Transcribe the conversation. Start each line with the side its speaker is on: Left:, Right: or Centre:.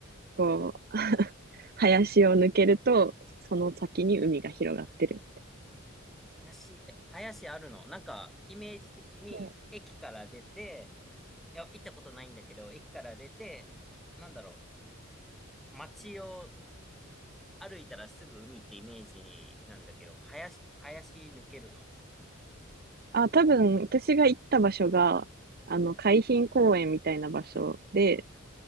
Right: こう、<laughs> 林を抜けると、その先に海が広がってる。
Centre: 林、え、林あるのなんか、イメージ的に駅から出て、
Right: うん
Centre: いや、行ったことないんだけど、駅から出て、なんだろう、街を歩いたらすぐ海ってイメージなんだけど、林、林抜けるの。
Right: あ、多分、私が行った場所が、あの、海浜公園みたいな場所で、